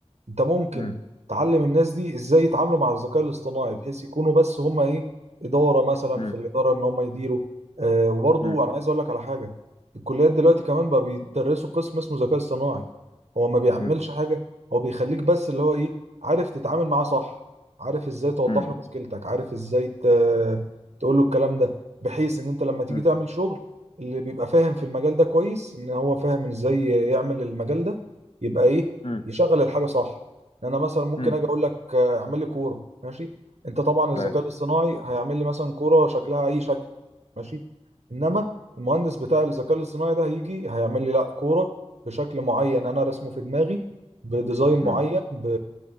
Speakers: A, on the right; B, on the left.
A: انت ممكن
B: امم
A: تعلم الناس دي ازاي يتعاملوا مع الذكاء الاصطناعي بحيث يكونوا بس هم ايه اداره مثلا
B: امم
A: في الاداره ان هم يديروا آه وبرضه
B: امم
A: انا عايز اقول لك على حاجه الكليات دلوقتي كمان بقى بيدرسوا قسم اسمه ذكاء اصطناعي هو ما بيعملش
B: امم
A: حاجه هو بيخليك بس اللي هو ايه عارف تتعامل معاه صح عارف ازاي توضح
B: امم،
A: له مشكلتك عارف ازاي ت- تقول له الكلام ده بحيث ان انت لما تيجي
B: امم.
A: تعمل شغل اللي بيبقى فاهم في المجال ده كويس ان هو فاهم ازاي يعمل المجال ده يبقى ايه
B: امم
A: يشغل الحاجه صح إن انا مثلا ممكن
B: امم
A: اجي اقول لك آه، اعمل لي كوره ماشي انت طبعا الذكاء
B: ايوه
A: الاصطناعي هيعمل لي مثلا كوره شكلها اي شكل ماشي انما المهندس بتاع الذكاء الاصطناعي ده هيجي هيعمل لي لا كوره بشكل معين انا رسمه في دماغي بديزاين
B: امم
A: معين ب...